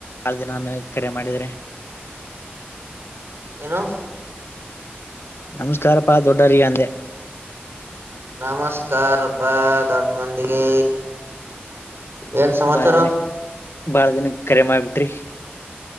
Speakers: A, on the left; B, on the right.
A: ಬಾಳ ದಿನ ಆಮೇಲೆ ಕರೆ ಮಾಡಿದ್ರೆ
B: ಏನು
A: ನಮಸ್ಕಾರಪ್ಪಾ ದೊಡ್ಡವರಿಗೆ
B: ನಮಸ್ಕಾರಪ್ಪಾ ದೊಡ್ಡ ಮಂದಿಗೆ ಏನ್ ಸಮಾಚಾರ
A: ಬಾಳ ದಿನ ಬಾಳ ದಿನಕ್ಕ ಕರೆ ಮಾಡಬಿಟ್ರಿ